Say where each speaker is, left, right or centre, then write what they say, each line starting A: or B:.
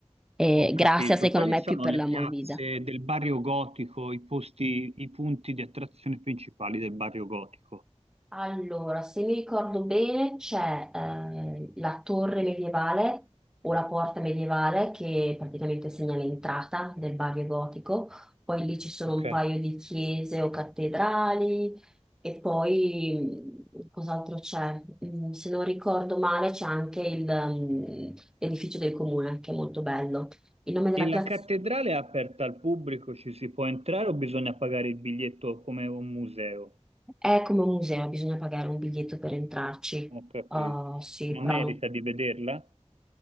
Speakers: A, in the centre; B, on the right.
A: E
B: ho capito.
A: grazie, secondo
B: Quali
A: me,
B: sono
A: più per
B: le
A: la
B: piazze
A: movida.
B: del barrio gotico, i posti, i punti di attrazione principali del barrio gotico?
A: Allora, se mi ricordo bene, c'è eh, la torre medievale o la porta medievale che praticamente segna l'entrata del Bavio Gotico, poi lì ci sono
B: Ok.
A: un paio di chiese o cattedrali e poi mh, cos'altro c'è? Mm, Se non ricordo male c'è anche il, mm, l'edificio del comune che è molto bello. Il nome della
B: E la
A: piazza
B: cattedrale è aperta al pubblico, ci si può entrare o bisogna pagare il biglietto come un museo?
A: è come un museo, bisogna pagare un biglietto per entrarci.
B: Ho capito.
A: Ah, sì,
B: Ma
A: però
B: merita
A: no.
B: di vederla?